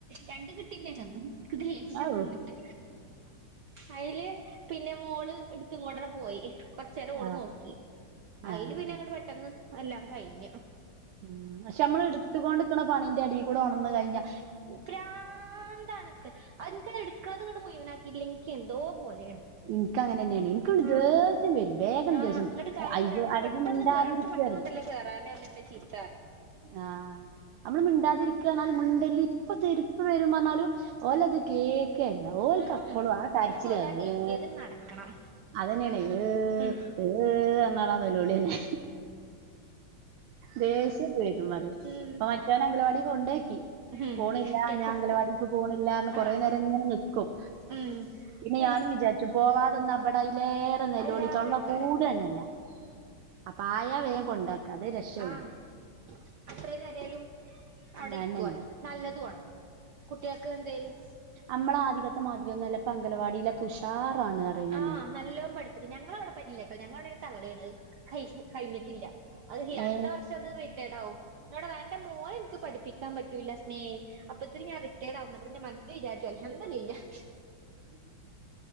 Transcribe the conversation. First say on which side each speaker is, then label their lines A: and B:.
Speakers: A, on the right; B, on the right.
A: രണ്ട കിട്ടീന്റെക്കന്ന് ദേഷ്യം
B: ഔ
A: വന്നിട്ട് അതില് പിന്നെ മോള് എ ഇങ്ങോട്ടന പോയി കൊറച്ച നേേരം ഓള്
B: ആഹ്
A: നോക്കി അതില്
B: ആഹ്
A: പിന്നെ അങ്ങോട്ട പെട്ടെന്ന് എല്ലാം കഴിഞ്ഞു <unintelligible>
B: ഉ പക്ഷെ നമ്മള് എടുത്തുകൊണ്ട്ക്കണ പണീന്റെ ഇടിയിൽ കൂടെ ഓണംന്ന് കഴിഞ്ഞാൽ
A: ഭ്രാന്താണ് അതിങ്ങനെ എടുക്കണത് ങ്ങട്ട് മുഴുവനാക്കില്ലെങ്കി എന്തോ പോലെയാണ്
B: ഇനിക്ക അങ്ങനെ തന്നെയാണ് എനികൊരു
A: ആഹ്
B: ദേശ്യം വരും വേഗംണ്ട്
A: ആഹ്
B: ദേശ്യം പിട്ച്ചും
A: എന്നിട്ട് കാക്കു
B: അയ്യോ
A: പറയും അനക്ക്
B: അല്ലെങ്കി
A: പെട്ടെന്ന്
B: മിണ്ടാതിരിക്
A: കേ അനക്ക്
B: പറിം
A: <unintelligible>
B: ആഹ നമ്മള് മിണ്ടാതിരിക്ക പറഞ്ഞാലും മിണ്ടല്ല ഇപ്പ ഇപ്പ തരും പറഞ്ഞാലും ഓലത് കേക്ക് ക്കെയല്ല ഓൽക്ക്
A: ഉം
B: അപ്പളു ആഹ് കരച്ചില
A: ഓൽക്ക് ഓലാകെ കരുതിയത്
B: എ
A: നടക്കണം
B: അതന്നെയാണ് ഏ്
A: ഉം
B: ഏ് എന്നാടാ നിലോളിന്നെ ദേഷ്യം വരും പറി
A: ഉം
B: ഇപ്പൊ മറ്റവനെ അംഗലവാടി കൊണ്ടൊയ്
A: ഉം
B: പോണില്ലാ
A: കെട്ടി
B: ഞാൻ അംഗലവാടിക്ക് പോണില്ലാന്ന് കൊറേ
A: ആഹ്
B: നേരം ഇങ്ങനെ നിക്കും
A: ഉം
B: പിന്നെ
A: ഹയ്
B: ഞാനും വിചാരിച്ചു പോവാതെന്ന ഇമ്പടെ അയ്ലേറെ നെല്ലോളി
A: അയിലേറെക്കാരം
B: തൊള്ള പൂടെന്നല്ല അപ്പ ആയാ വേം കൊണ്ടാക്കാ അതേ രക്ഷള്ളു
A: ആഹ് <unintelligible> അവിടെ
B: അതന്നെയാണ്
A: ഇക്കുവല നല്ലതു ആണ് കുട്ടിയേക്ക് എന്തേലും
B: അമ്മള ആതികത്തെ മാതിരിയൊന്നല്ല പ്പ അംഗലവാടിയിലെക്കെ ഉഷാറാണ് പറയും ഞാനേ
A: ആഹ് നല്ലോം പഠിപ്പിക്കു ഞങ്ങളവിടെ പറ്റില്ലാട്ടൊ ഞങ്ങളവിടെ ഒരു തള്ളയാണത് അഹ് കയിഞ്ഞിട്ടില്ല അതല്ലി അടുത്ത
B: ഏ
A: വർഷം അത് റിറ്റേഡാകും ന്നോടെ വേണ്ട മോള്ള എനിക്ക് പഠിപ്പിക്കാൻ പറ്റൂല്ല സ്നേഹി അപ്പത്തില് ഞാ റിട്ടയേഡറവുംന്ന അപ്പ ഞാ മനസിൽ വിചാരിച്ചു അൽഹംദുലില്ലാഹ്